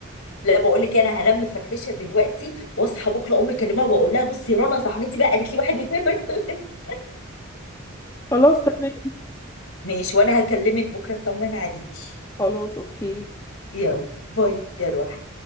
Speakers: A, on the left; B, on the left.
A: لا بقول لك انا هنام مفرفشه دلوقتي واصحى بكره امي اكلمها واقول لها بصي رنا صاحبتي بقى قالت لي واحد واثنين وثلاثه <laughs>
B: <laughs> خلاص تمام
A: ماشي وانا هكلمك بكره اطمن عليكي
B: خلاص اوكي
A: يلا باي يا روحي